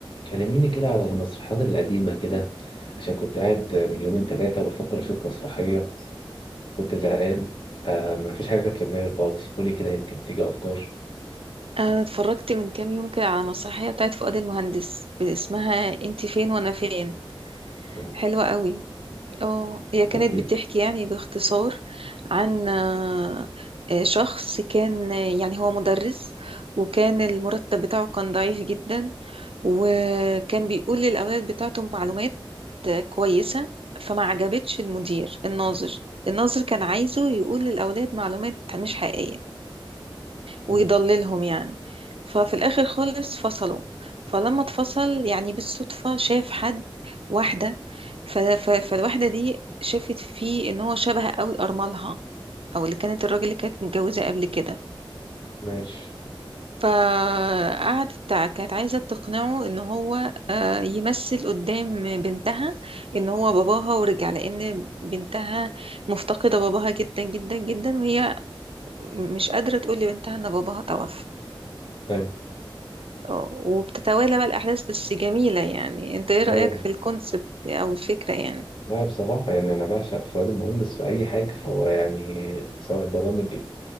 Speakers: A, on the left; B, on the right.
A: كلميني كده على المسرحيات القديمة كده عشان كنت قاعد من يومين تلاتة بفكر أشوف مسرحية كنت زهقان فما فيش حاجة جت في دماغي خالص قولي كده يمكن تيجي أفكار
B: أنا اتفرجت من كام يوم كده على مسرحية بتاعت فؤاد المهندس اسمها انت فين وانا فين
A: آه،
B: حلوة قوي اه هي كانت
A: تطبيق
B: بتحكي يعني باختصار عن آه، آه، شخص كان آه، يعني هو مدرس وكان المرتب بتاعه كان ضعيف جدا وكان بيقول للأولاد بتاعته معلومات آه، كويسة فما عجبتش المدير الناظر الناظر كان عايزه يقول للأولاد معلومات مش حقيقية
A: مم،
B: ويضللهم يعني ففي الآخر خالص فصلوا فلما اتفصل يعني بالصدفة شاف حد واحدة ف... ف... فالواحدة دي شافت فيه ان هو شبه قوي أرملها او اللي كانت الراجل اللي كانت متجوزة قبل كده
A: ماشي
B: فقعدت تع- كانت عايزة تقنعه ان هو آه، يمثل قدام بنتها ان هو باباها ورجع لان بنتها مفتقدة باباها جدا جدا جدا وهي مش قادرة تقول لبنتها ان باباها توفى
A: طيب
B: اه وبتتوالى بقى الأحداث بس جميلة يعني انت ايه رأيك
A: أه
B: في الكونسبت أو الفكرة يعني
A: لا بصراحة يعني أنا بعشق فؤاد المهندس في أي حاجة هو يعني سواء برامج